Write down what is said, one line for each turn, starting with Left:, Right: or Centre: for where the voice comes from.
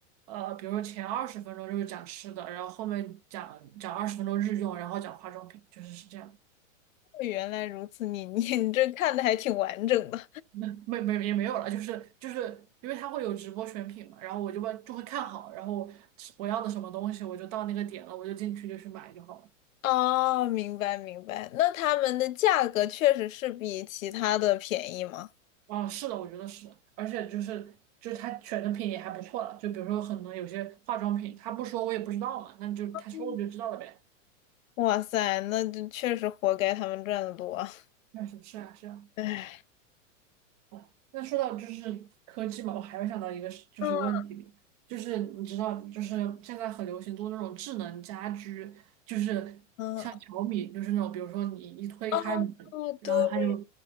Right: 呃，比如说前二十分钟就是讲吃的，然后后面讲讲二十分钟日用，然后讲化妆品，就是是这样。
Left: 原来如此，你你你这看的还挺完整的
Right: <laughs> 没没也没有了，就是就是因为它会有直播选品嘛，然后我就会就会看好，然后我要的什么东西，我就到那个点了，我就进去就去买就好了。
Left: 哦，明白明白。那他们的价格确实是比其他的便宜吗？
Right: 啊，是的，我觉得是的，而且就是就是他选的品也还不错了，就比如说可能有些化妆品，他不说我也不知道嘛，那就他说我就知道了呗。
Left: 嗯哇塞，那就确实活该他们赚的多啊
Right: 那是是啊是啊。
Left: 唉，
Right: 哦，那说到就是科技嘛，我还会想到一个是就是问题，
Left: 嗯，
Right: 就是你知道，就是现在很流行做那种智能家居，就是像小米，
Left: 嗯，
Right: 就是那种比如说你一推开门，
Left: 哦哦，
Right: 然后它就
Left: 对